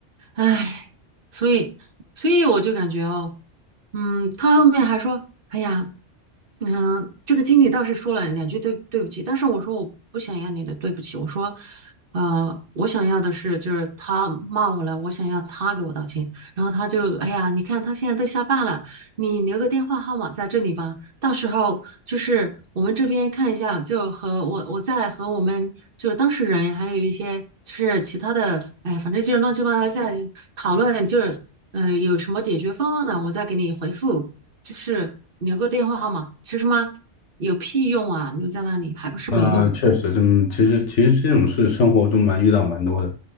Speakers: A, on the right; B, on the left.
A: 唉，所以，所以我就感觉哦，嗯，他后面还说，哎呀，嗯，这个经理倒是说了两句对对不起，但是我说我不想要你的对不起，我说，呃，我想要的是就是他骂我了，我想要他给我道歉，然后他就，哎呀，你看他现在都下班了，你留个电话号码在这里吧。到时候就是我们这边看一下，就和我我再和我们就是当事人，还有一些就是其他的，哎，反正就是乱七八糟在讨论，就是呃有什么解决方案呢？我再给你回复，就是留个电话号码，其实嘛有屁用啊，留在那里还不是没用。
B: 呃，确实这么，其实其实这种事生活中蛮遇到蛮多的。